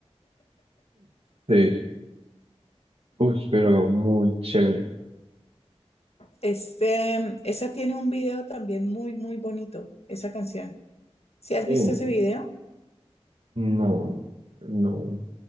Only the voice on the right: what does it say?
Sí, uy, pero muy chévere.
Eh,
no, no.